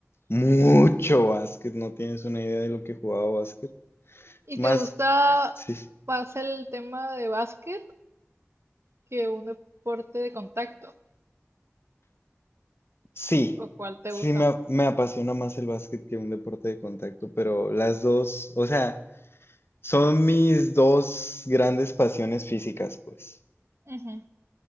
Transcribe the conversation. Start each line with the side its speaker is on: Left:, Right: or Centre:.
Left: Mucho
Right: Ujú.
Left: básquet, no tienes una idea de lo que jugaba básquet.
Right: ¿Y
Left: Más,
Right: te gusta
Left: sí,
Right: más el tema de básquet que un deporte de contacto?
Left: sí,
Right: ¿O cuál te
Left: sí
Right: gusta
Left: me,
Right: más?
Left: me apasiona más el básquet que un deporte de contacto, pero las dos, o sea, Son mis dos grandes pasiones físicas, pues.
Right: Ujú.